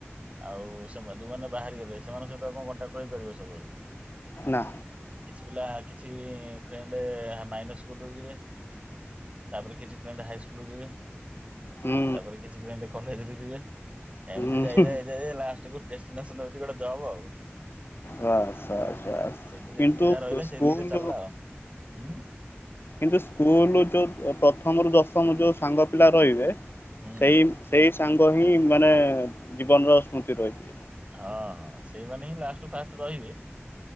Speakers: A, on the right; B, on the left.
A: ଆଉ ସେମାନେ ଯୋଉମାନେ ବାହାରି ଗଲେ ସେମାନଙ୍କ ସହ ଆଉ କଣ କଣ୍ଟାକ୍ଟ ରହିପାରିବ ସବୁବେଳେ?
B: ନା।
A: କିଛି ପିଲା କିଛି ଫ୍ରେଣ୍ଡ୍ ମାଇନସ୍ ସ୍କୁଲରୁ ଯିବେ। ତାପରେ କିଛି ଫ୍ରେଣ୍ଡ ହାଇସ୍କୁଲ ଯିବେ
B: ହୁଁ
A: ତାପରେ କିଛି ଫ୍ରେଣ୍ଡ କଲେଜରୁ ଯିବେ।
B: ହୁଁ
A: ଏମିତି ଯାଇ
B: ହୁଁ
A: ଯାଇ ଯାଇ ଲାଷ୍ଟ କୁ ଡେଷ୍ଟିନେସନ ହଉଛି ଗୋଟେ ଜବ୍ ଆଉ।
B: ବାସ୍ ବାସ୍ ବାସ୍
A: ସେଇଠି
B: କିନ୍ତୁ
A: ଯେତିକି ଯାହା ରହିଲା
B: ସ୍କୁଲ
A: ସେତିକିରେ ଚାଲିଲା ଆଉ ଉଁ
B: କିନ୍ତୁ ସ୍କୁଲୁ ଯେଉଁ ପ୍ରଥମରୁ ଦଶମ ଯୋଉ ସାଙ୍ଗ ପିଲା ରହିବେ
A: ହୁଁ
B: ସେଇ ସେଇ ସାଙ୍ଗ ହିଁ ମାନେ ଜୀବନର ସ୍ମୃତି ରହିଯିବେ।
A: ହଁ ହଁ ସେଇମାନେ ହିଁ ଲାଷ୍ଟରୁ ଫାଷ୍ଟ ରହିବେ।